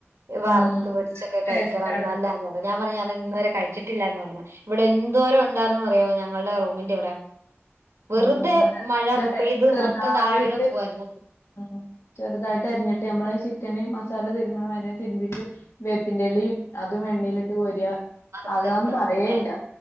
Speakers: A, on the right; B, on the left.
A: വറുത്ത്
B: ഉം
A: പൊരിച്ചൊക്കെ
B: ടേസ്റ്റ്
A: കഴിക്കണം
B: ആണ്
A: ന്നല്ലാന്ന് പറഞ്, ഞാൻ പറഞ്ഞ് ഞാ അത് ഇന്ന് വരെ കഴിച്ചിട്ടില്ലാന്ന് പറഞ്ഞു ഇവിടെ എന്തോരം ഉണ്ടായിരുന്നു ന്നറിയാമോ ഞങ്ങൾടെ റൂമിന്റെ ഇവിടെ വെറുതെ
B: ഉം അത്
A: മഴ
B: നല്ല ടേസ്റ്റ്
A: പെയ്ത്
B: ചെറുതായിട്ട്
A: മൊത്തം താഴെ വീണ് പോവായിരുന്നു
B: ഉം ഉം ചെറുതായിട്ട് അരിഞ്ഞിട്ട് നമ്മള ചിക്കന് മസാല തിരുമ്പണ മായിരി തിരുമ്പീട്ട് വേപ്പിന്റെലിം അതും എണ്ണീ ലിട്ട് കോര്യ
A: വറുത്തെടുത്താ
B: അതാന്ന് പറയേല്ല
A: മതി അല്ലേ